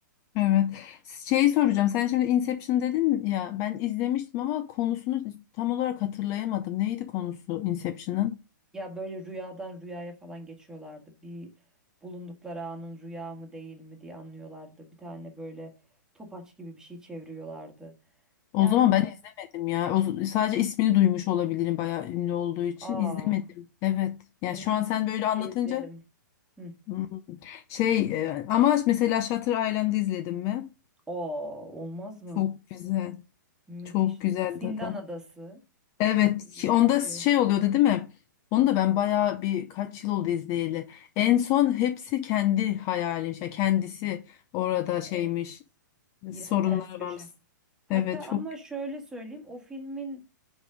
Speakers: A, on the left; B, in the centre.
A: Evet. Şey soracağım sen şimdi Inception dedin ya ben izlemiştim ama konusunu tam olarak hatırlayamadım. Neydi konusu Inception'ın?
B: Ya böyle rüyadan rüyaya falan geçiyorlardı. Bir bulundukları anın rüya mı değil mi diye anlıyorlardı. Bir tane böyle topaç gibi bir şey çeviriyorlardı.
A: O
B: Yani
A: zaman ben izlemedim ya. O, sadece ismini duymuş olabilirim bayağı ünlü olduğu için
B: aa
A: izlemedim. Evet. Yani
B: bunu
A: şu
B: kesinlikle
A: an sen böyle anlatınca
B: izleyelim. Hı.
A: hmm. şey e, ama mesela Shutter Island'ı izledim mi?
B: Aa olmaz mı?
A: Çok güzel.
B: Müthiş.
A: Çok güzel
B: Zindan
A: da.
B: Adası.
A: Evet.
B: e,
A: ki
B: Türkçe.
A: Onda şey oluyordu değil mi? Onu da ben bayağı bir kaç yıl oldu izleyeli. En son hepsi kendi hayalim. Yani kendisi orada
B: Evet.
A: şeymiş.
B: Yine
A: Sorunları
B: ters köşe.
A: varmış.
B: Hatta
A: Evet çok
B: ama şöyle söyleyeyim o filmin